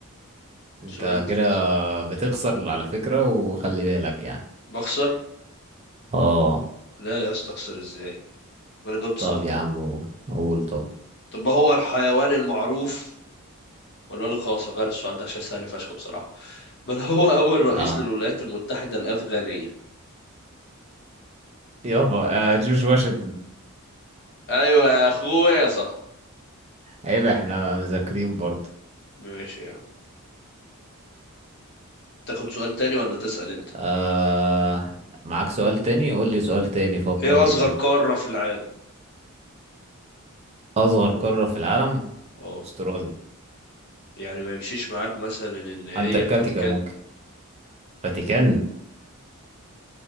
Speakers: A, on the right; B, on the left.
A: انت
B: سؤال تركيز
A: كده بتخسر على فكرة وخلي بالك يعني
B: بخسر
A: اه
B: لا يا اسطى اخسر ازاي وانا جاوبت صح
A: طب يا
B: اهو
A: عم قول طب
B: طب ما هو الحيوان المعروف ولا اقول لك خلاص هغير السؤال ده عشان سهل فشخ بصراحة من هو أول رئيس
A: اه
B: للولايات المتحدة الأفغانية
A: يابا آه جورج واشنطن
B: أيوة يا أخويا صح
A: عيب احنا مذاكرين برضه
B: ماشي يا عم تاخد سؤال تاني ولا تسأل أنت
A: آه معاك سؤال تاني قول لي سؤال تاني فكر
B: إيه
A: لي
B: أصغر
A: كده
B: قارة في العالم
A: اصغر قارة في العالم
B: أه
A: استراليا
B: يعني ما يمشيش معاك مثلا إن هي
A: انتاركتيكا
B: الفاتيكان
A: ممكن فاتيكان